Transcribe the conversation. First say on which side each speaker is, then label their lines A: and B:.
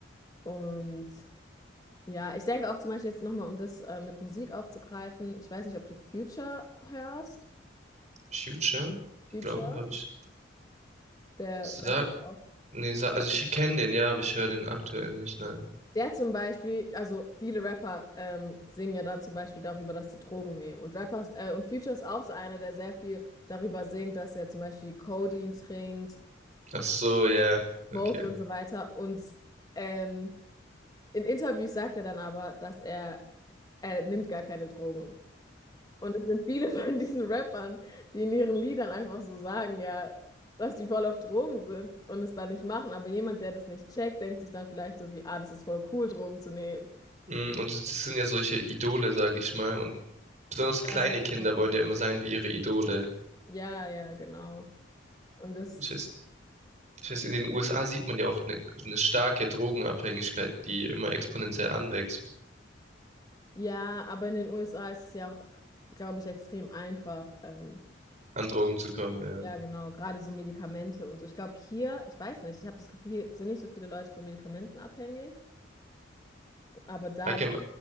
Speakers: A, on the left; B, on the right.
A: Und ja, ich denke auch zum Beispiel jetzt nochmal, um das äh, mit Musik aufzugreifen, ich weiß nicht, ob du Future hörst.
B: Future? Ich
A: Future?
B: glaube, habe ich.
A: Der
B: Sa
A: Rapper auch.
B: nee, Sa also ich kenne den, ja, aber ich höre den aktuell nicht, nein.
A: Der zum Beispiel, also viele Rapper ähm, singen ja dann zum Beispiel darüber, dass sie Drogen nehmen. Und Rappers, äh, und Future ist auch so einer, der sehr viel darüber singt, dass er zum Beispiel Codein trinkt,
B: Ach so, ja,
A: smoked
B: okay.
A: und so weiter. Und ähm, in Interviews sagt er dann aber, dass er, er nimmt gar keine Drogen. Und es sind viele von diesen Rappern, die in ihren Liedern einfach so sagen, ja, dass die voll auf Drogen sind und es dann nicht machen. Aber jemand, der das nicht checkt, denkt sich dann vielleicht so wie, ah, das ist voll cool, Drogen zu nehmen.
B: Mm, und das das sind ja solche Idole, sage ich mal. Und besonders kleine
A: Ja,
B: Kinder
A: genau.
B: wollen ja immer sein wie ihre Idole.
A: Ja, ja, genau. Und das,
B: Ich weiß, ich weiß, in den USA sieht man ja auch eine, eine starke Drogenabhängigkeit, die immer exponentiell anwächst,
A: ja, aber in den USA ist es ja auch, glaube ich, extrem einfach. Ähm,
B: an Drogen zu kommen, ja.
A: ja, genau, gerade so Medikamente und so. Ich glaube, hier, ich weiß nicht, ich habe das Gefühl, hier sind nicht so viele Leute von Medikamenten abhängig. Aber da,
B: Allgemein,